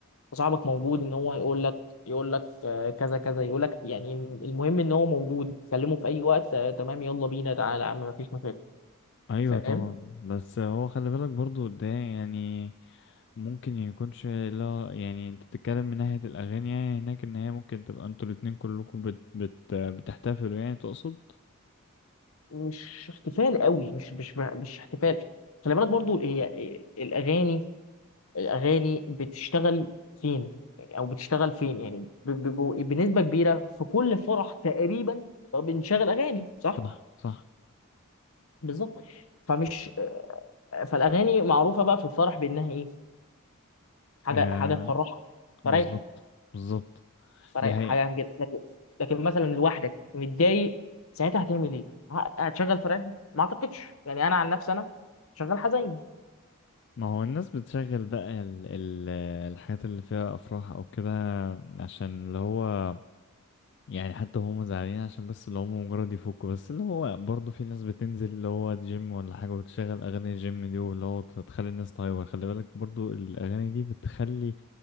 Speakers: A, on the left; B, on the left.
A: صاحبك موجود ان هو يقول لك يقول لك آه، كذا كذا يقول لك يعني المهم ان هو موجود كلمه في اي وقت آه، تمام يلا بينا تعالى يا عم مفيش مشاكل
B: ايوه
A: فاهم
B: طبعا بس هو خلي بالك برضو ده يعني ممكن يكونش لا يعني انت بتتكلم من ناحية الاغاني يعني هناك ان هي ممكن تبقى انتوا الاتنين كلكم بت... بت... بتحتفلوا يعني تقصد
A: مش احتفال قوي مش مش مش احتفال خلي بالك برضو ال- هي الاغاني الاغاني بتشتغل فين يعني او بتشتغل فين يعني ب- ب- ب- بنسبه كبيره في كل فرح تقريبا بنشغل اغاني صح
B: صح صح
A: بالظبط فمش فالاغاني معروفه بقى في الفرح بانها ايه حاجه
B: آه
A: حاجه تفرحك
B: بالظبط
A: فريح
B: بالظبط
A: فرق
B: دي حقيقة
A: حاجه كده لكن لكن مثلا لوحدك متضايق ساعتها هتعمل ايه؟ ه- هتشغل فرح؟ ما اعتقدش يعني انا عن نفسي انا شغال حزين
B: ما هو الناس بتشغل بقى ال ال الحاجات اللي فيها أفراح أو كده عشان اللي هو يعني حتى هم زعلانين عشان بس اللي هم مجرد يفكوا بس اللي هو برضه في ناس بتنزل اللي هو جيم ولا حاجة وتشغل أغاني الجيم دي واللي هو تخلي الناس تهايبر خلي بالك برضه الأغاني دي بتخلي